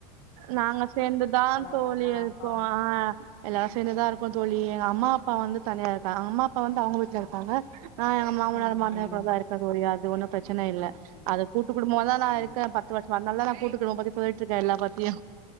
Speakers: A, on the right; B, on the left.
A: நாங்க சேந்துதா தோழி
B: உங்க அம்மா
A: இருக்கோ
B: அப்பா
A: எல்லாரு சேந்துதா இருக்கோ தோழி எங்க அம்மா அப்பா வந்து தனியா இருக்காங்க எங்க அம்மா அப்பா வந்து அவுங்க வீட்டுல இருப்பாங்க அ எங்க மாமனாரு
B: ம்
A: மாமியாரு
B: ம்
A: கூடதா இருக்க தோழி அது ஒன்னு பிரச்சனை இல்ல
B: ம் சரி
A: அது கூட்டு குடும்பம நா
B: ஆ
A: இருக்கேன் பத்து வருஷோம அதனாலதா நா கூட்டு குடும்பம் பத்தி சொல்லிட்டு இருக்கேஎல்லா பத்தியு